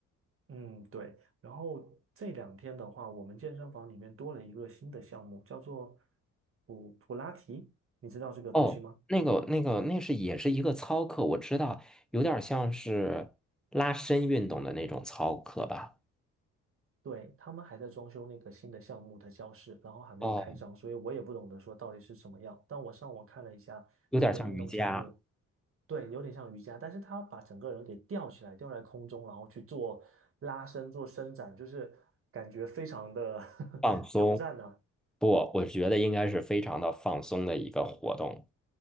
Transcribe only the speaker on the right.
嗯，对。然后这两天的话，我们健身房里面多了一个新的项目，叫做普普拉提，你知道这个东西吗？
对，他们还在装修那个新的项目的教室，然后还没有开张，
所以我也不懂得说到底是什么样。但我上网看了一下这个运动项目，
对，有点像瑜伽，但是他把整个人给吊起来，吊在空中，然后去做拉伸、做伸展，就是感觉非常的
<laughs> 挑战呢、